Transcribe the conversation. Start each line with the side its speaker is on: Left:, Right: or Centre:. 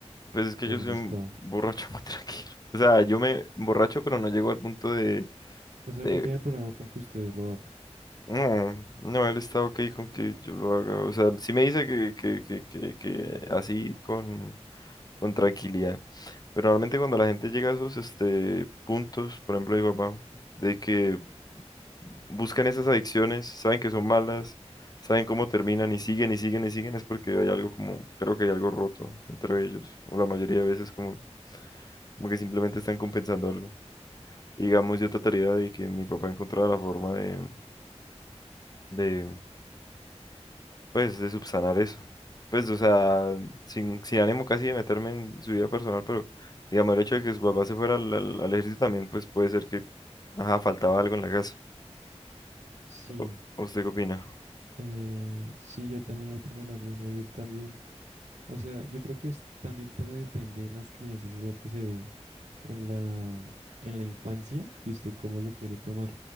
Left: Pues es que
Right: en
Left: yo soy
Right: ese
Left: un
Right: estado?
Left: borracho muy <laughs> tranquilo. O sea, yo me borracho, pero no llego al punto de,
Right: O sea,
Left: de...
Right: no tiene problema con que usted lo haga.
Left: No, no, él está ok con que yo lo haga. O sea, sí me dice que, que, que, que, que así con, con tranquilidad. Pero realmente cuando la gente llega a esos este, puntos, por ejemplo, mi papá, de que buscan esas adicciones, saben que son malas, saben cómo terminan y siguen y siguen y siguen, es porque hay algo como, creo que hay algo roto entre ellos, o la mayoría de veces como, como que simplemente están compensando algo. Digamos, yo trataría de que mi papá encontrara la forma de, de, pues, de subsanar eso. Pues, o sea, sin, sin ánimo casi de meterme en su vida personal, pero digamos, el hecho de que su papá se fuera al, al- al ejército también, pues puede ser que, ajá, faltaba algo en la casa.
Right: Sí,
Left: ¿O- ¿Usted qué opina?
Right: eh, sí, yo también opino lo mismo y él también. O sea, yo creo que es, también todo depende de las crianzas y lo que se ve en la, en la infancia y usted cómo lo quiere tomar.